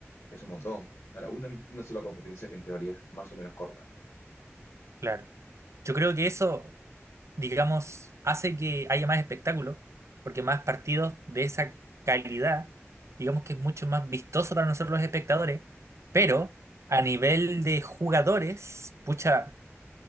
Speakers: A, on the left; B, on the right.
A: es un montón. Para una, mis- una sola competencia que en teoría es más o menos corta,
B: claro. Yo creo que eso. digamos, hace que haya más espectáculo, porque más partidos de esa calidad, digamos que es mucho más vistoso para nosotros los espectadores, pero a nivel de jugadores, pucha,